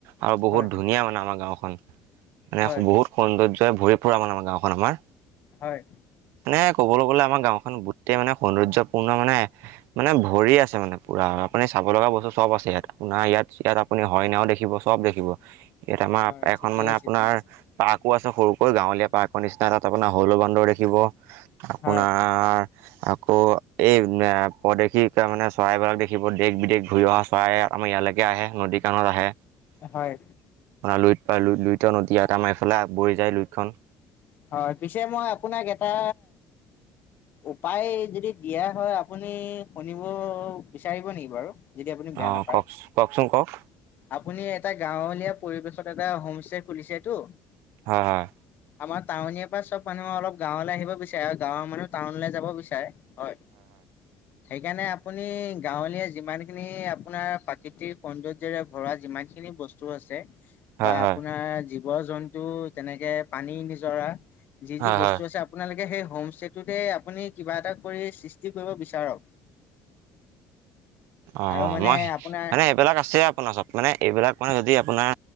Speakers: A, on the right (about 80°); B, on the left (about 50°).
A: আৰু বহুত
B: হয়
A: ধুনীয়া মানে আমাৰ গাঁওখন মানে
B: হয়
A: বহুত সৌন্দৰ্য্য ত ভৰিপৰা আমাৰ আমাৰ গাঁওখন আমাৰ।
B: হয়।
A: মানে ক'বলৈ গ'লে আমাৰ গাঁওখন গোটেই মানে সৌন্দৰ্য্যপূৰ্ণ মানে মানে ভৰি আছে মানে। আপুনি চাব লগা বস্তু চব আছে ইয়াত আপোনাৰ ইয়াত ইয়াত আপুনি হৰিনাও দেখিব চব দেখিব। ইয়াত আমাৰ
B: হয়
A: এখন
B: ঠিকেই
A: মানে
B: আছে
A: আপোনাৰ
B: তেনে
A: পাৰ্কো আছে সৰুকৈ গাঁৱলীয়া পাৰ্ক। মোৰ নিচিনা তাত আপোনাৰ হলৌ বান্দৰ দেখিব আপোনাৰ
B: হয়
A: আকৌ এই পদেশী মানে চৰাইবিলাক দেখিব দেশ বিদেশ ঘূৰি অহা চৰাই। আমাৰ ইয়ালৈকে আহে নদী কাণত আহে। আপোনাৰ
B: হয়
A: লুইত পায় লুই লুইত নদী এটা মাৰিফালে বই যায় লুইতখন।
B: হয় পিছে মই আপোনাক এটা উপায় যদি দিয়া হয় আপুনি শুনিব বিচাৰিব নেকি বাৰু। যদি আপুনি বেয়া
A: অ
B: নাপায়
A: কওক কওকচোন কওক
B: আপুনি এটা গাঁৱলীয়া পৰিবেশ। তত এটা হোম ষ্টে খুলিছে তটো।
A: হয় হয়।
B: আমাৰ টাউনিয়া পৰা চব মানুহে অলপ গাঁৱলৈ আহিব বিচাৰে আৰু গাঁৱৰ মানুহ টাউনলৈ যাব বিচাৰে। হয়। সেইকাৰণে আপুনি গাঁৱলীয়া যিমানখিনি আপোনাৰ প্ৰাকৃতিক সৌন্দ্যৰে ভৰা যিমানখি বস্তু আছে।
A: হয়
B: বা
A: হয়
B: আপোনাৰ জীৱ জন্তু তেনেকে পানী নিজৰা। যি
A: হয়
B: যি বস্তু
A: হয়
B: আছে আপোনালোকে সেই হোম ষ্টেটোতে আপুনি কিবা এটা কৰি সৃষ্টি কৰিব বিচাৰক।
A: অ
B: আৰু মানে
A: মই
B: আপোনাৰ
A: মানে এইবিলাক আছে আপোনাৰ চব মানে এইবিলাক মানে যদি আপোনাৰ